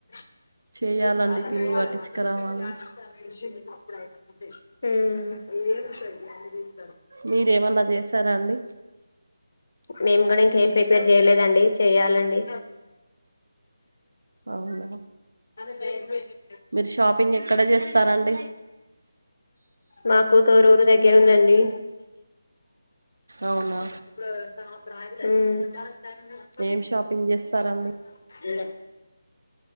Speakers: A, on the left (about 55°); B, on the right (about 85°).
A: <unintelligible>
B: చేయాలండి పిండి పట్టించుకురావాలి
A: ఊమ్
B: మీరేమన్నా జేసారా అండి
A: మేము గూడా ఇంకేం ప్రిపేర్ చేయలేదండి చెయ్యాలండి
B: అవునా
A: <unintelligible>
B: మీరు షాపింగ్ ఎక్కడ జేస్తారండి
A: మాకు తోరూరు దగ్గర ఉందండి
B: అవునా.
A: ఊమ్
B: ఏం షాపింగ్ చేస్తారండి
A: <unintelligible>